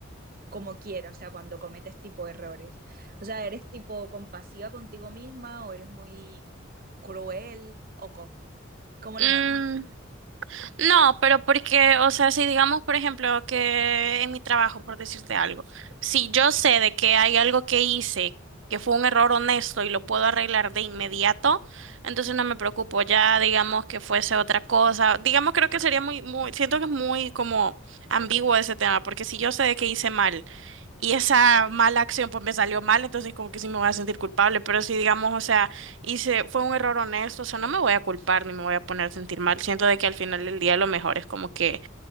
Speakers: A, on the right (about 45°); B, on the right (about 65°).
A: como quieres? O sea, cuando cometes tipo errores. O sea, ¿eres tipo compasiva contigo misma o eres muy cruel o cómo? ¿Cómo
B: Mm,
A: lo manejas?
B: No, pero porque, o sea, si digamos, por ejemplo, que en mi trabajo, por decirte algo, si yo sé de que hay algo que hice que fue un error honesto y lo puedo arreglar de inmediato, entonces no me preocupo. Ya digamos que fuese otra cosa, digamos, creo que sería muy, muy, siento que es muy como ambiguo ese tema, porque si yo sé de que hice mal y esa mala acción pues me salió mal, entonces como que sí me voy a sentir culpable, pero si digamos, o sea y se fue un error honesto, o sea, no me voy a culpar ni me voy a poner a sentir mal. Siento de que al final del día lo mejor es como que